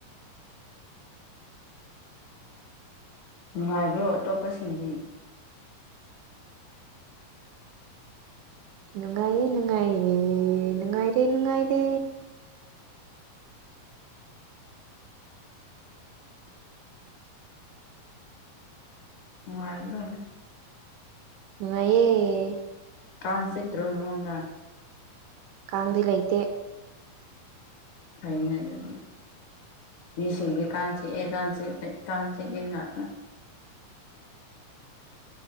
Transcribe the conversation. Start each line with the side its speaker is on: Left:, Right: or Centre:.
Left: ꯅꯨꯡꯉꯥꯏꯕ꯭ꯔꯣ ꯑꯇꯣꯞꯄꯁꯤꯡꯗꯤ
Right: ꯅꯨꯡꯉꯥꯏꯦ ꯅꯨꯡꯉꯥꯏꯌꯦ ꯅꯨꯡꯉꯥꯏꯔꯦ ꯅꯨꯡꯉꯥꯏꯔꯦ
Left: ꯃꯅꯨꯡꯉꯥꯏꯕꯗꯅꯤ
Right: ꯉꯅꯨꯡꯉꯥꯏꯌꯦ
Left: ꯀꯥꯥꯟꯁꯤꯛ ꯗ꯭ꯔꯣ ꯅꯉꯣꯟꯗ
Right: ꯀꯥꯡꯗꯤ ꯂꯩꯇꯦ
Left: ꯐꯅ ꯑꯗꯨꯗꯤ ꯃꯤꯁꯤꯡꯗꯤ ꯀꯥꯡ ꯆꯤꯛꯑꯦ ꯀꯥꯡ ꯆꯤꯄ ꯀꯥꯡ ꯆꯤꯛꯏ ꯉꯥꯛꯇ